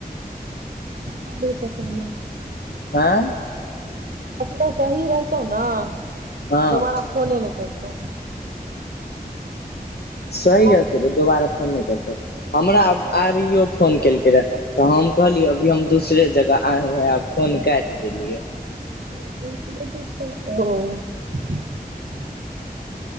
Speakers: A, on the right; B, on the left.
A: नहि को तऽ करमे
B: आँ
A: बक सही रहत तौ ने
B: हँ
A: दोबारा फोने नहि कर ओ
B: सही
A: ताली
B: रहते रहे दोबारा फोन नहि करत हमरा आब आबियो फोन केलकै रहए तऽ हम कहलियै अभी हम दूसरे जगह आएहुँ हेँ आब फोन काटि देलियै।
A: ह एक हँ